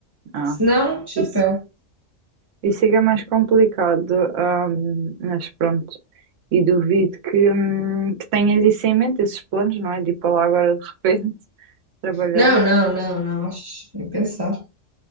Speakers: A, on the right (about 75°); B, on the right (about 25°).
A: Ah,
B: Se não, chapéu.
A: isso, isso é que é mais complicado. ahm, mas pronto, e duvido que, hum, que tenhas isso em mente, esses planos, não é? De ir para lá agora de repente <laughs> trabalhar.
B: Não, não, não, não. Acho nem pensar.